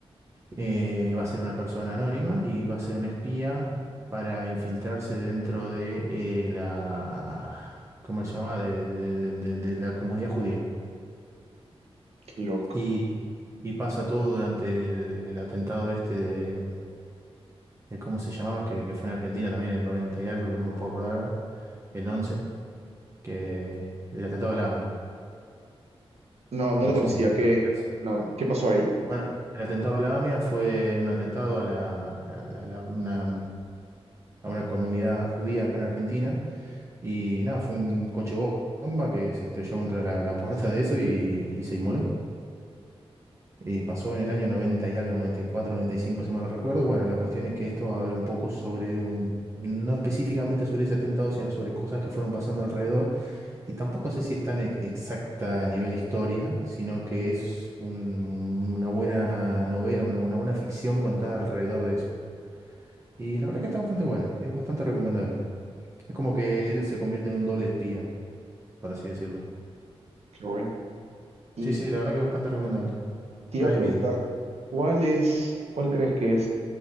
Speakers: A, on the right; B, on the right.
A: Eh, va a ser una persona anónima y va a ser un espía para infiltrarse dentro de eh, la, ¿cómo se llama?, de de- de- de- de la comunidad judía.
B: Qué loco.
A: Y, y pasa todo durante el, el atentado este de, de ¿cómo se llamaba? Que, que fue en Argentina también en el 90 y algo, que no me puedo acordar ahora, el 11, que el atentado a la AMIA,
B: No, no
A: no
B: lo conocía.
A: sé si lo,
B: ¿Qué,
A: lo ubicás,
B: no,
A: ¿no?
B: qué pasó ahí?
A: Bueno, el atentado a la AMIA fue un atentado a, la, la- la- la- una, mm, a una comunidad judía acá en Argentina y nada, fue un coche bomba que se estrelló contra la, la puerta de eso y, y se inmoló. Eh, pasó en el año 90 y algo, noventa noventa y cuatro noventa y cinco si mal no recuerdo. Bueno, la cuestión es que esto habla un poco sobre un, no específicamente sobre ese atentado, sino sobre cosas que fueron pasando alrededor. Y tampoco sé si es tan ex- exacta a nivel historia, sino que es un- una buena novela, una, una buena ficción contada alrededor de eso. Y la verdad que está bastante buena, es bastante recomendable. Es como que él se convierte en un doble espía, por así decirlo.
B: Qué bueno. Y
A: Sí, sí, la verdad que es bastante recomendable.
B: te
A: Prime
B: iba a preguntar,
A: Video,
B: ¿cuál es, cuál crees que es